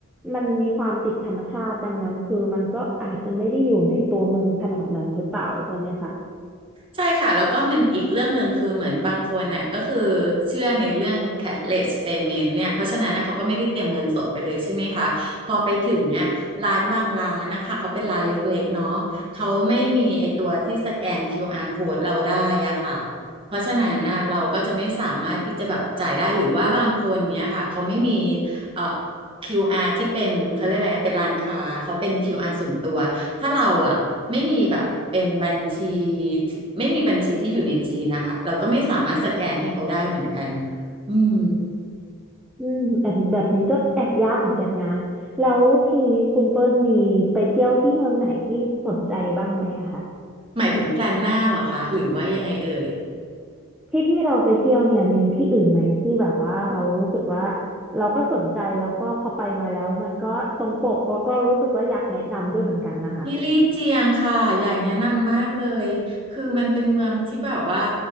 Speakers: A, in the centre; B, on the right.
A: มันมีความติดธรรมชาติดังนั้นคือมันก็อาจจะไม่ได้อยู่ในตัวเมืองขนาดนั้นหรือเปล่าใช่ไหมคะ
B: ใช่ค่ะแล้วก็มันอีกเรื่องหนึ่งคือเหมือนบางคนน่ะก็คือเชื่อในเรื่อง cashless payment เนี่ยเพราะฉะนั้นนะเขาก็ไม่ได้เตรียมเงินสดไปเลยใช่ไหมคะพอไปถึงอ่ะร้านบางร้านนะคะเขาเป็นร้านเล็กๆเนาะเขาไม่มีไอตัวที่สแกนคิวอาร์ code เราได้อ่ะค่ะเพราะฉะนั้นนะเราก็จะไม่สามารถที่จะแบบจ่ายได้หรือว่าบางคนเนี้ยค่ะเขาไม่มีเอ่อคิวอาร์ที่เป็นเขาเรียกอะไรนะเป็นร้านค้าเขาเป็นคิวอาร์ส่วนตัว ถ้าเราอ่ะไม่มีแบบเป็นบัญชีที่ไม่มีบัญชีที่อยู่ในจีนนะคะเราก็ไม่สามารถสแกนให้เขาได้เหมือนกันอืม
A: อืมแอบแบบนี้ก็แอบยากเหมือนกันนะแล้วทีนี้คุณเปิ้ลมีไปเที่ยวที่เมืองไหนที่สนใจบ้างไหมอะคะ
B: หมายถึงแพลนหน้าเหรอคะหรือว่ายังไงเอ่ย
A: ที่ที่เราไปเที่ยวเนี่ยมีที่อื่นไหมที่แบบว่าเรารู้สึกว่าเราก็สนใจแล้วก็พอไปมาแล้วมันก็ตรงปกแล้วก็รู้สึกว่าอยากแนะนำด้วยเหมือนกันนะคะ
B: ที่ลี่เจียงค่ะ อยากแนะนำมากเลย คือมันเป็นเมืองที่แบบว่า